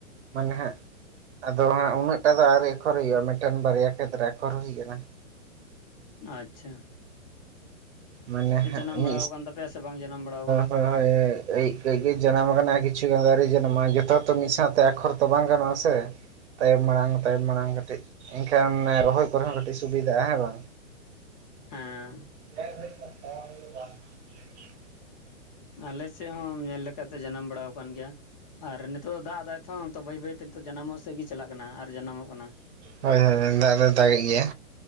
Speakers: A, on the right (about 55°); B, on the left (about 30°).
A: ᱢᱟᱱᱮ ᱦᱟᱸᱜ ᱟᱫᱚ ᱦᱟᱸᱜ ᱩᱱᱟᱹᱜᱴᱟ ᱫᱚ ᱟᱨᱣᱨᱤ ᱟᱠᱷᱚᱨ ᱦᱩᱭᱩᱜᱼᱟ, ᱢᱤᱫᱴᱟᱱ ᱵᱟᱨᱭᱟ ᱠᱷᱮᱛᱨᱮ ᱟᱠᱷᱚᱨ ᱦᱩᱭ ᱠᱟᱱᱟ᱾
B: ᱟᱪᱪᱷᱟ᱾
A: ᱢᱟᱱᱮ ᱦᱟᱸᱜ
B: ᱡᱟᱱᱟᱢ
A: <unintelligible>
B: ᱵᱟᱲᱟᱣ ᱠᱟᱱ ᱛᱟᱯᱮᱭᱟ ᱥᱮ ᱵᱟᱝ ᱡᱟᱱᱟᱢ ᱵᱟᱲᱟᱣ ᱠᱟᱱᱟ
A: ᱠᱟᱹᱡ ᱠᱟᱹᱡ ᱜᱮ ᱡᱟᱱᱟᱢ ᱠᱟᱱᱟ ᱠᱤᱪᱷᱩ ᱜᱟᱱ ᱫᱚ ᱟᱣᱨᱤ ᱡᱟᱱᱟᱢᱚᱜ-ᱟ, ᱡᱚᱛᱚ ᱛᱚ ᱢᱤᱫ ᱥᱟᱶᱛᱮ ᱟᱠᱷᱚᱨ ᱛᱚ ᱵᱟᱝ ᱜᱟᱱᱚᱜᱼᱟ ᱥᱮ᱾ ᱛᱟᱭᱚᱢ ᱢᱟᱲᱟᱝ ᱛᱟᱭᱚᱢ ᱢᱟᱲᱟᱝ ᱠᱟᱹᱴᱤᱡ ᱮᱱᱠᱷᱟᱱ ᱨᱚᱦᱚᱭ ᱠᱚᱨᱮ ᱦᱚᱸ ᱠᱟᱹᱴᱤᱡ ᱥᱩᱵᱤᱫᱟᱜᱼᱟ, ᱦᱮᱸ ᱵᱟᱝ?
B: ᱦᱮᱸ᱾
A: <unintelligible>
B: ᱟᱞᱮ ᱥᱮᱫ ᱦᱚᱸ ᱧᱮᱞ ᱞᱮᱠᱷᱟᱡ ᱫᱚ ᱡᱟᱱᱟᱢ ᱵᱟᱲᱟ ᱠᱟᱱ ᱜᱮᱭᱟ᱾ ᱟᱨ ᱱᱤᱛᱚᱜ ᱫᱚ ᱫᱟᱜ ᱫᱟᱭ ᱛᱷᱚ <unintelligible> ᱵᱟᱹᱭ ᱵᱟᱹᱭ ᱛᱮ ᱱᱤᱛ ᱡᱟᱱᱟᱢᱚᱜ ᱥᱮᱫ ᱜᱮ ᱪᱟᱞᱟᱜ ᱠᱟᱱᱟ ᱟᱨ ᱡᱟᱱᱟᱢᱚᱜ ᱠᱟᱱᱟ
A: ᱦᱳᱭ ᱦᱳᱭ ᱦᱳᱭ, ᱫᱟᱜ ᱫᱚ ᱫᱟᱜᱮᱜ ᱜᱮᱭᱟ